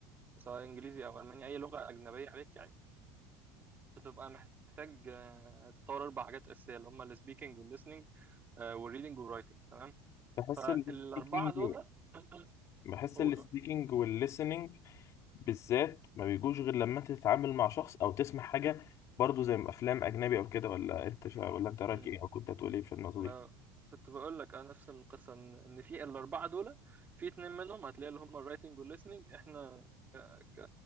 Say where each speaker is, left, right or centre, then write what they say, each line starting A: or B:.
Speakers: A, on the right (about 25°); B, on the left (about 50°).
A: سواء انجليزي او الماني اي لغه اجنبيه عليك يعني، بتبقى محتاج آه، تطور اربع حاجات اساسيه اللي هم السبيكنج والليسننج والريدنج والرايتنج تمام
B: بحس
A: فالاربعه
B: السبيكينج
A: دول <coughs> <clears throat>
B: بحس
A: قولوا
B: السبيكينج والlistening بالذات ما بيجوش غير لما انت تتعامل مع شخص او تسمع حاجه برضه زي ما افلام اجنبي او كده ولا انت شا... ولا انت رايك
A: امم
B: ايه او كنت هتقول ايه في النقطه
A: ما
B: دي
A: كنت بقول لك انا نفس القصه ان إن في الاربعه دول في اتنين منهم هتلاقي اللي هم الرايتنج والليسننج احنا ك... ك...